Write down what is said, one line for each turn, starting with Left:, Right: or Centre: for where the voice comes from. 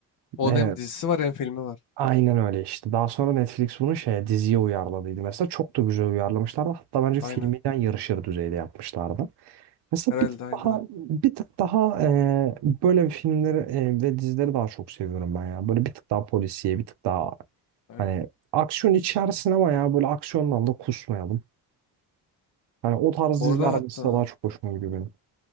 Left: Onun
Right: Evet.
Left: hem dizisi var hem filmi var.
Right: Aynen öyle işte. Daha sonra Netflix bunu şeye diziye uyarladıydı. Mesela çok da güzel uyarlamışlardı. Hatta bence
Left: Aynen.
Right: filminden yarışır düzeyde yapmışlardı. Mesela
Left: Herhalde
Right: bir tık
Left: aynen.
Right: daha
Left: ha,
Right: bir tık daha e, böyle bir filmleri e, ve dizileri daha çok seviyorum ben ya. Böyle bir tık daha polisiye, bir tık daha
Left: Aynen.
Right: hani aksiyon içersin ama ya böyle aksiyondan da kusmayalım. Hani o tarz
Left: Orada
Right: diziler
Left: hatta
Right: mesela daha çok hoşuma gidiyor benim.